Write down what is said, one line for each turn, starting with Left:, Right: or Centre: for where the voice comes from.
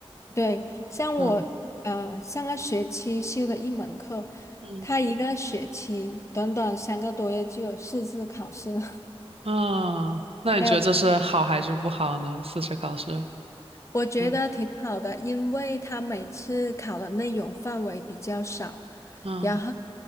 Left: 对，像我呃上个学期修的一门课，
Right: 嗯嗯
Left: 他一个学期短短三个多月就有四次考试了，
Right: 嗯，那你觉得这是好还是不好呢？
Left: <laughs> 还有
Right: 四十考试，
Left: 我觉得挺好的，
Right: 嗯
Left: 因为他每次考的内容范围比较少，
Right: 嗯
Left: 然后，